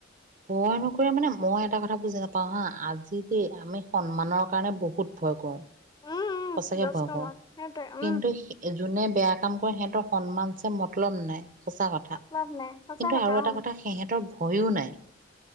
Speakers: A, on the right; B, on the left.
A: ভয় নকৰে মানে মই এটা কথা বুজি নাপাওঁ হা, আজি দেই আমি সন্মানৰ কাৰণে বহুত ভয় কৰোঁ,
B: উম উম
A: সঁচাকে
B: দশৰুমত
A: ভয় কৰোঁ
B: সেইটোৱে উম
A: কিন্তু সেই যোনে বেয়া কাম কৰে, সিহঁতৰ সন্মানছে মতলব নাই সঁচা কথা।
B: মতলব
A: কিন্তু
B: নাই সঁচা
A: আৰু এটা
B: অ
A: কথা সিহঁতৰ ভইয়ো নাই